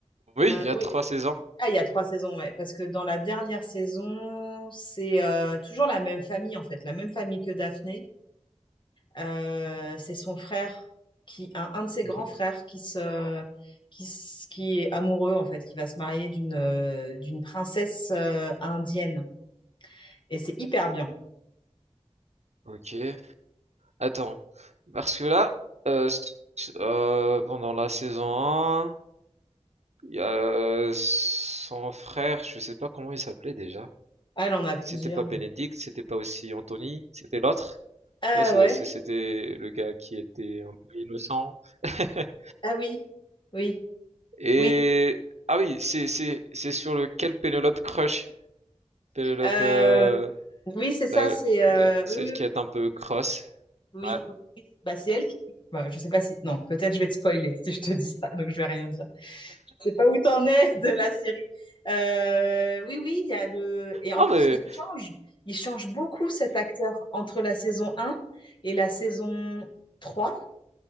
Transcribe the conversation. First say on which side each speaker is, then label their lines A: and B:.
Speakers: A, on the right; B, on the left.
A: Oui, il y
B: oui,
A: a trois saisons.
B: Ah, il y a trois saisons, ouais. Parce que dans la dernière saison, c'est euh, toujours la même famille, en fait, la même famille que Daphné. Euh, c'est son frère, qui, un, un de ses grands
A: Mhm.
B: frères, qui se, qui, s- qui est amoureux, en fait, qui va se marier d'une euh, d'une princesse euh, indienne. Et c'est hyper bien.
A: Ok. Attends. Parce que là, euh, s- euh, pendant la saison 1, Il y a son frère, je sais pas comment il s'appelait déjà.
B: Ah, elle en a plusieurs.
A: C'était pas Bénédicte, c'était pas aussi Anthony, c'était l'autre.
B: Ah
A: Ouais, c'est
B: ouais?
A: le- c'est- c'était le gars qui était un peu innocent. <laughs>
B: Ah oui, oui.
A: Et
B: Oui,
A: ah oui, c'est c'est c'est sur lequel Pénélope crush. Pénélope,
B: euh,
A: euh,
B: oui, c'est ça,
A: la-
B: c'est euh,
A: la- celle
B: oui, oui,
A: qui est un peu cross.
B: oui,
A: Ouais.
B: oui. Bah, c'est elle qui. Bah, je sais pas si. Non, peut-être je vais te spoiler si je te dis ça, donc je vais rien dire. Je sais pas où t'en es <laughs> de la série. Euh, oui, oui, il y a le. Et en
A: Ah
B: plus,
A: mais
B: il change. Il change beaucoup cet acteur entre la saison un et la saison 3.